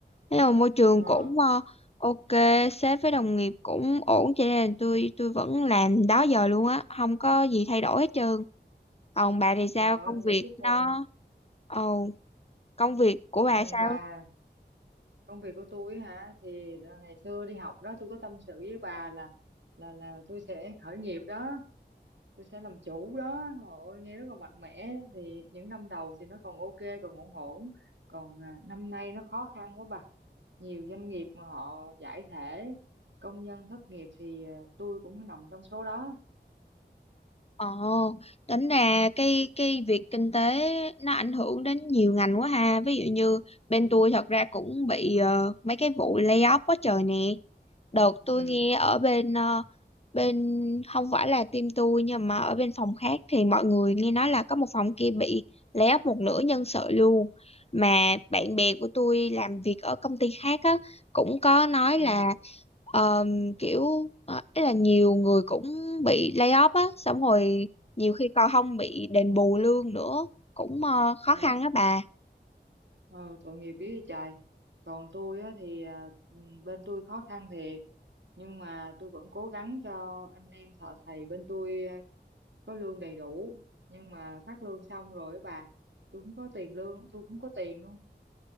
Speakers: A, on the left; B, on the right.
A: Thế mà môi trường
B: Ờ,
A: cũng ờ, ok, sếp với đồng nghiệp cũng ổn cho nên là tôi tôi vẫn làm đó giờ luôn á, không có gì thay đổi hết trơn. Còn bà thì sao?
B: trời
A: Công
B: ơi, vậy
A: việc
B: chúc
A: nó
B: mừng,
A: Ồ, công việc của
B: chúc
A: bà
B: mừng
A: sao?
B: bà. công việc của tôi hả thì ờ, ngày xưa đi học đó tôi có tâm sự với bà là là là tôi sẽ khởi nghiệp đó tôi sẽ làm chủ đó ôi nghe rất là mạnh mẽ thì những năm đầu thì nó còn ok còn ổn ổn còn à, năm nay nó khó khăn quá bà nhiều doanh nghiệp mà họ giải thể công nhân thất nghiệp thì à, tôi cũng nằm trong số đó
A: Ồ, tính ra cái cái việc kinh tế nó ảnh hưởng đến nhiều ngành quá ha. Ví dụ như bên tôi thật ra cũng bị ờ, mấy cái vụ layoff quá trời nè. Đợt tôi
B: ừ
A: nghe ở bên ờ, bên không phải là team tôi nhưng mà ở bên phòng khác thì mọi người nghe nói là có một phòng kia bị lay off một nửa nhân sự luôn. Mà bạn bè của tôi làm việc ở công ty khác á cũng có nói
B: ừ
A: là ờm, kiểu ờ, ý là nhiều người cũng bị lay off á, xong rồi nhiều khi còn không bị đền bù lương nữa, cũng ờ, khó
B: à,
A: khăn á bà.
B: ừ, tội nghiệp với trời còn tôi á thì à, ừ, bên tôi khó khăn thiệt nhưng mà tôi vẫn cố gắng cho anh em thợ thầy bên tôi à, có lương đầy đủ nhưng mà phát lương xong rồi á bà tôi không có tiền lương tôi cũng có tiền luôn